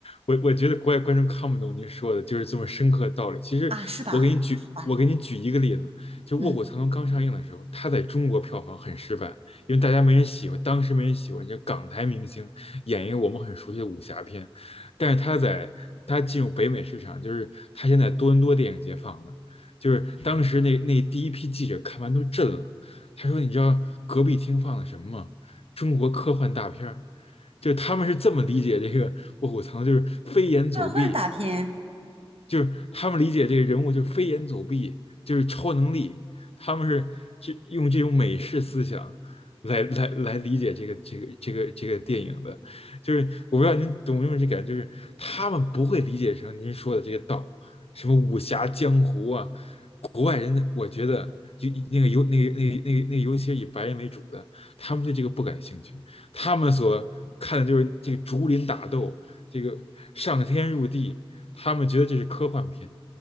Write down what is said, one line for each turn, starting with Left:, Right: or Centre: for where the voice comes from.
Left: 我我觉得国外观众看不懂您说的，就是这么深刻的道理。其实我给你举，
Right: 啊，是吧？好吧，
Left: 我给你举一个例子，就《卧虎藏龙》刚上映的时候，
Right: 嗯，
Left: 它在中国票房很失败，因为大家没人喜欢，当时没人喜欢，就港台明星演一个我们很熟悉的武侠片，但是它在它进入北美市场，就是它现在多伦多电影节放的，就是当时那那第一批记者看完都震了，他说：“你知道隔壁厅放的什么吗？”中国科幻大片儿，就他们是这么理解这个《卧虎藏龙》，就是飞檐走壁，
Right: 个幻大片。
Left: 就是他们理解这个人物就是飞檐走壁，就是超能力，他们是这用这种美式思想来来来理解这个这个这个这个电影的，就是我不知道您懂不？有这感觉，就是他们不会理解成您说的这个道，什么武侠江湖啊，国外人的我觉得。就那个尤那个那个那个那个，尤其是以白人为主的，他们对这个不感兴趣，他们所看的就是这个竹林打斗，这个上天入地，他们觉得这是科幻片。